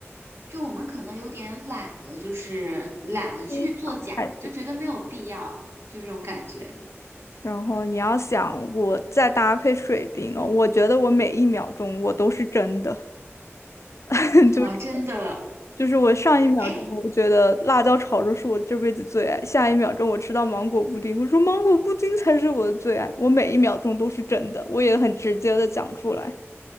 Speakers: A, on the right (about 60°); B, on the left (about 75°).
A: 就我们可能有点懒得，就是懒得去做假，
B: 低调太多
A: 就觉得没有必要，就这种感觉。
B: 然后你要想，我再搭配水瓶哦，我觉得我每一秒钟我都是真的，<laughs> 就是
A: 哦，真的，
B: 就是我上一秒钟我觉得辣椒炒肉是我这辈子最爱，
A: 哎，
B: 下一秒钟我吃到芒果布丁，我说芒果布丁才是我的最爱，我每一秒钟都是真的，我也很直接的讲出来。